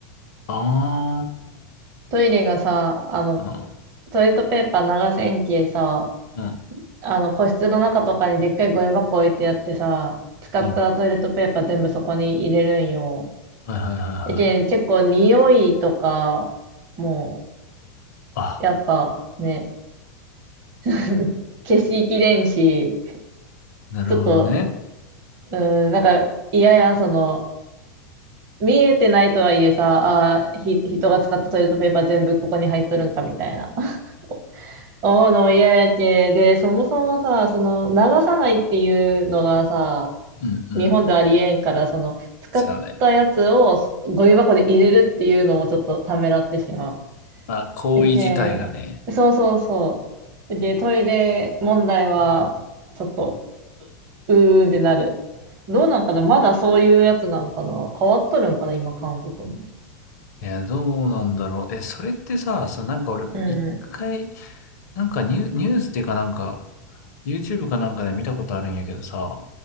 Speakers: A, on the left; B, on the right.
A: ああ。
B: トイレがさ、あの、
A: うん
B: トイレットペーパー長千切さ、
A: うん
B: あの、個室の中とかにでっかいゴミ箱置いてあってさ、使ったトイレットペーパー全部そこに入れるんよ。
A: うん。はいはいはいはい。
B: だけん結構匂いとか、も
A: あ、
B: う、やっぱね、<laughs> 消しきれんし、
A: なるほどね。
B: ちょっと、うーん、なんか嫌やん、その、見えてないとはいえさ、あーひ、人が使ったトイレットペーパー全部ここに入っとるんかみたいな。<laughs> 思うのも嫌やけ。で、そもそもさ、その流さないっていうのがさ、
A: うんうん。
B: 日本でありえんから、その使ったやつをゴミ箱で入れるっていうのもちょっとためらってしまう。
A: そうだね。まあ、行為自体がね、
B: やけん、そうそうそう。やけん、トイレ問題はちょっと、うーんってなる。どうなんかなまだそういうやつなんかな変わっとるんかな今、韓国も。
A: いや、どうなんだろう。え、それってさ、そのなんか俺、
B: うん。
A: 一回、なんかニュ、ニュースっていうかなんか、YouTube かなんかで見たことあるんやけどさ、